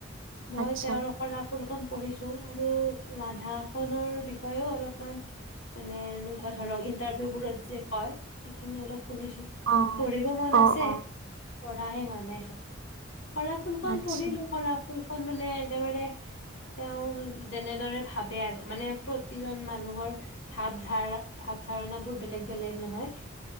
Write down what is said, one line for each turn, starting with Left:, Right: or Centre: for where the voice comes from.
Left: মই
Right: আচ্ছা
Left: তেওঁৰ পৰা স্কুলখন পঢ়িছো আৰু ৰাধাখনৰ বিষয়েও অলপমান মানে এনেকোৱা ধৰক ইন্টাৰভিউবোৰত যে কয় সেইখিনি অলপ শুনিছো।
Right: অ',
Left: পঢ়িব মন
Right: অহ
Left: আছে পঢ়াহে হোৱা নাই খালি সৰাফুল খন
Right: আচ্ছা
Left: পঢ়িলো সৰা ফুলখন মানে একেবাৰে তেওঁ যেনেদৰে ভাবে আৰু মানে প্ৰতিজন মানুহৰ ভাৱ ধাৰা ভাৱ ধাৰণাবোৰ বেলেগ বেলেগ নহয়।